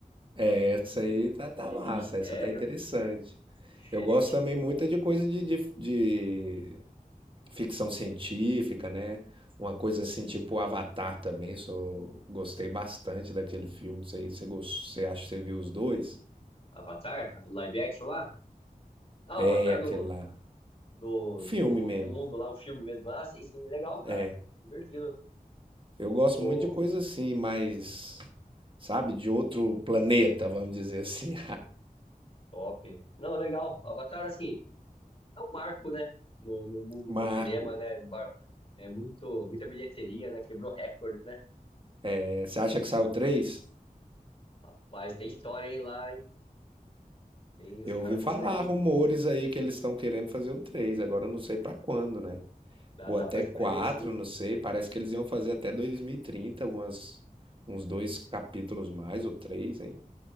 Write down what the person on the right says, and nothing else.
Essa aí tá, tá
massa,
essa tá interessante.
Eu gosto também muito de coisa de, de, de ficção científica, né? Uma coisa assim, tipo Avatar também, sou, gostei bastante daquele filme. Você, você, gost- você acha que você viu os dois?
É,
aquele
lá.
Filme
mesmo,
é.
Eu gosto
muito de coisa assim, mais, sabe, de outro planeta, vamos dizer assim.
<laughs> Marco,
é, você acha que saiu três?
Eu
ouvi
falar rumores aí que eles estão querendo fazer o três. agora eu não sei pra quando, né?
Ou
até
4,
não sei. Parece que eles iam fazer até 2030, algumas, uns dois capítulos mais, ou três, hein?